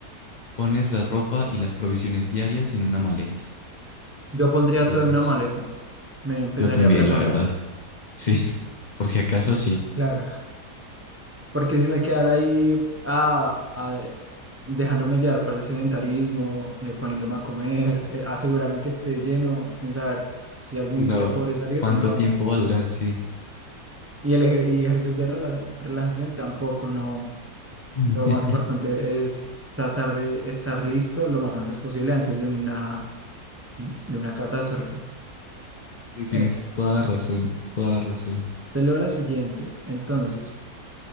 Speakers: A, on the left (about 65°); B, on the right (about 20°).
A: pones la ropa y las provisiones diarias en una maleta.
B: Yo pondría
A: ¿Qué
B: todo
A: harías?
B: en una maleta. Me empezaría
A: Yo también,
B: a preparar.
A: la verdad. Sí, <laughs> por si acaso, sí.
B: Claro. Porque si me quedara ahí ah, ah, dejándome llevar por el sedentarismo, eh, poniéndome a comer, eh, asegurarme que esté lleno sin saber si algún
A: Sí, no.
B: día podré salir,
A: ¿Cuánto
B: no.
A: tiempo va a durar? Sí.
B: Y, el ejer- y ejercicios de rela- relajación tampoco, no.
A: Mm.
B: Lo más importante es tratar de estar listo lo más antes posible antes de una, de una catástrofe.
A: <laughs> Tienes
B: Eh,
A: toda la razón, toda la razón.
B: te leo la siguiente. Entonces,